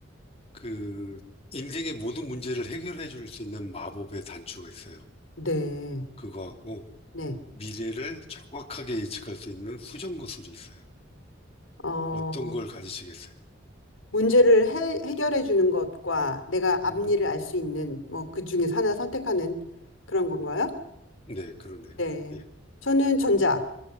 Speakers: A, on the left; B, on the left.
A: 그 인생의 모든 문제를 해결해 줄 수 있는 마법의 단추가 있어요.
B: 네.
A: 그거하고
B: 네.
A: 미래를 정확하게 예측할 수 있는 수정 구슬이 있어요.
B: 어,
A: 어떤 걸 가지시겠어요?
B: 문제를 해, 해결해 주는 것과 내가 앞니를
A: 음,
B: 알 수 있는 뭐 그 중에서 하나 선택하는 그런 건가요?
A: 네, 그러네요.
B: 네.
A: 예,
B: 저는 전자.